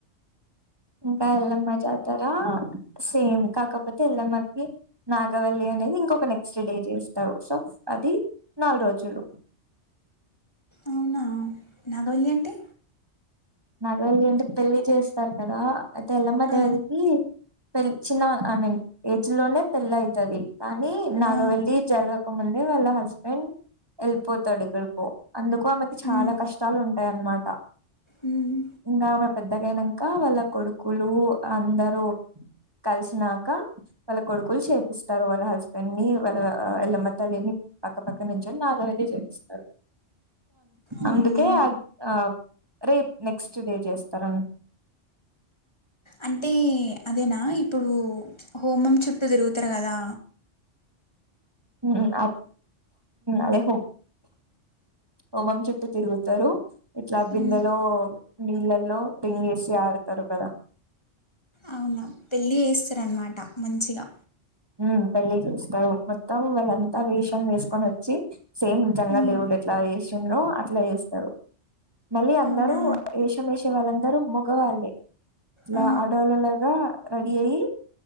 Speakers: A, on the right; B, on the left.
A: ఇంకా ఎల్లమ్మ జాతర సేమ్ కాకపోతే ఎల్లమ్మకి నాగవల్లి అనేది ఇంకొక నెక్స్ట్ డే చేస్తారు సో అది నాలు రోజులు.
B: అవునా నాగవల్లి అంటే
A: నాగవల్లి అంటే పెళ్లి చేస్తారు కదా అది ఎల్లమ్మ
B: ఆ,
A: దేవతకి పెళ్ చిన్న ఐ మీన్ ఏజ్ లోనే పెళ్ళైతది. కానీ నాగవెల్లి
B: ఆ,
A: జరగకముందే వాళ్ళ హస్బెం ఔ వెళ్ళిపోతాడు ఎక్కడికో అందుకు ఆమెకి చాలా
B: మ్మ్,
A: కష్టాలు ఉంటాయి అన్నమాట.
B: మ్మ్.
A: ఇంకామె పెద్దగా అయినంక వాళ్ళ కొడుకులు అందరూ కలిసినాక వాళ్ళ కొడుకులు చేపిస్తారు వాళ్ళ హస్బెండ్ ని వాళ్ళ ఆ ఎల్లమ్మ తల్లిని పక్కపక్క నుంచి నాగవల్లి చేపిస్తారు.
B: అవునా
A: అందుకే ఆ రేపు నెక్స్ట్ డే చేస్తార
B: అంటే అదేనా ఇ ఇప్పుడు హోమం చుట్టూ తిరుగుతరు గదా
A: ఊహూ అ అదే హో హోమం చుట్టూ తిరుగుతారు. ఇట్లా బిందెలో
B: మ్మ్.
A: నీళ్ళల్లో రింగేసి ఆడతారు కదా
B: అవునా పెళ్ళి చేస్తారనమాట. మంచిగా
A: హ్మ్ పెళ్లి చేస్తారు మొత్తం వాళ్ళంతా వేషం వేసుకొని వచ్చి సేమ్ జంగా
B: ఉమ్
A: దేవుడు ఎట్లా చేసిండో అ ఇట్లా చేస్తారు మళ్ళీ అందరూ
B: అవునా
A: వేషం వేసే వాళ్ళందరూ మగవాళ్ళే ఇట్లా
B: ఆ
A: ఆడోళ్ళ లాగా రెడీ అయి